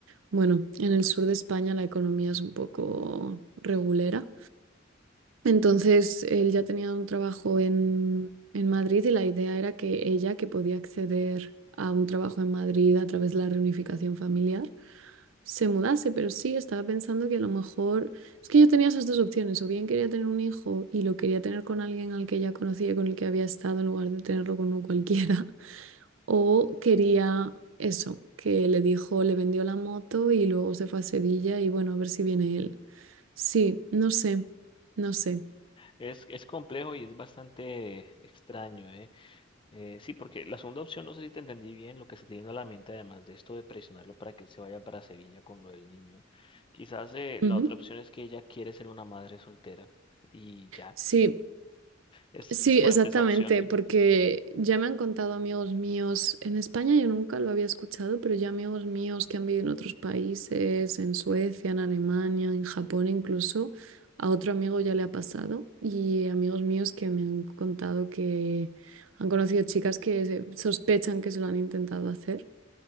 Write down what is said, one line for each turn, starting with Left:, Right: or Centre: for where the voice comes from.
Right: bueno, en el sur de España la economía es un poco regulera. Entonces él ya tenía un trabajo en, en Madrid y la idea era que ella, que podía acceder a un trabajo en Madrid a través de la reunificación familiar, se mudase. Pero sí, estaba pensando que a lo mejor es que yo tenía esas dos opciones. O bien quería tener un hijo y lo quería tener con alguien al que ya conocía, y con el que había estado, en lugar de tenerlo con un cualquiera. <laughs> O quería eso, que le dijo, le vendió la moto y luego se fue a Sevilla y bueno, a ver si viene él. Sí, no sé, no sé.
Left: Es, es complejo y es bastante extraño, ¿eh? Eh, sí, porque la segunda opción, no sé si te entendí bien, lo que se te vino a la mente, además de esto de presionarlo para que él se vaya para Sevilla con lo del niño. Quizás eh,
Right: Ujú.
Left: la otra opción es que ella quiere ser una madre soltera y ya.
Right: Sí,
Left: Es,
Right: sí,
Left: es fuerte
Right: exactamente,
Left: esa opción, ¿eh?
Right: porque ya me han contado amigos míos en España, yo nunca lo había escuchado, pero ya amigos míos que han vivido en otros países, en Suecia, en Alemania, en Japón incluso, a otro amigo ya le ha pasado y amigos míos que me han contado que han conocido chicas que se- sospechan que se lo han intentado hacer.